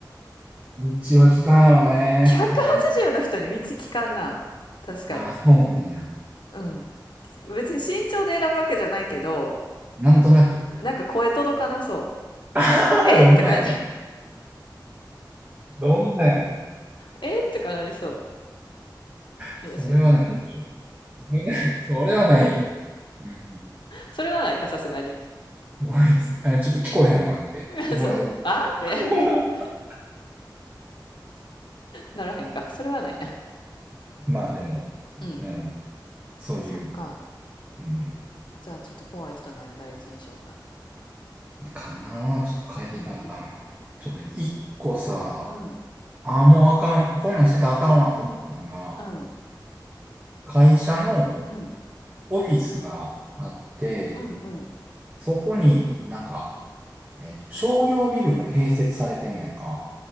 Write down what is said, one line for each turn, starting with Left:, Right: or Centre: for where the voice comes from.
Right: 道は聞かんやろね。
Left: 180の人に道聞かんな。
Right: 俺、
Left: 確かに。
Right: ああ、そうなんや。
Left: うん。別に身長で選ぶわけじゃないけど、
Right: なんとなく。
Left: なんか声届かなそ
Right: <laughs> あどんなんや。
Left: う。えとか、<laughs>
Right: どんなんやもん。
Left: えとかなりそ
Right: それはないでしょ。
Left: う。よし。
Right: ね <laughs> それはないよ。うん、
Left: それはないか、さすがに。
Right: こいつ、あ、ちょっと聞こえへんわって。
Left: <laughs>
Right: もうええわ。
Left: そう。あーって
Right: <laughs>
Left: <laughs> ならへんか。それはないな。
Right: まあでも、
Left: うん。
Right: うん、そういう、
Left: そっか。
Right: うん、
Left: じゃあちょっと怖い人なんや、第一印象な。
Right: かなあちょっと変えていかなあかんな。
Left: うんうん。
Right: ちょっと一個さ、
Left: うん。うん。
Right: ああ、もうあかん、こんなんしてたらあかんわって思ったんが、
Left: うん。
Right: 会社の
Left: うん。
Right: オフィスがあって、
Left: うん。うん
Right: そこになんか、えっと、商業ビルも併設されてんねやんか。